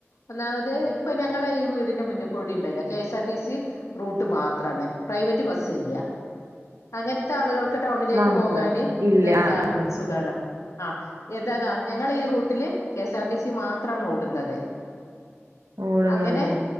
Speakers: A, on the left; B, on the right.
A: ഒന്നാത് ഇപ്പൊ ഞങ്ങള് ഈ വീടിന്റെ മുന്നിൽ കൂടി ഉണ്ടല്ലോ കെഎസ് ആർ ടിസി റൂട്ട് മാത്രമാണ് പ്രൈവറ്റ് ബസ്സ് ഇല്ല അങ്ങെനെ ത്തെ ആളുകൾക്ക് ടൗണിലേക്ക്
B: മാത്ര
A: പോകാന്
B: ഇല്ല
A: ഇതൊരു
B: ആ
A: ലാഭ
B: ആ
A: സുഖമാണ് ആ എന്തതാ ഞങ്ങ ഈ റൂട്ടില് K S R T C മാത്രമാണ് ഓടുന്നത്
B: ആ ഓടുന്നത്
A: അങ്ങനെ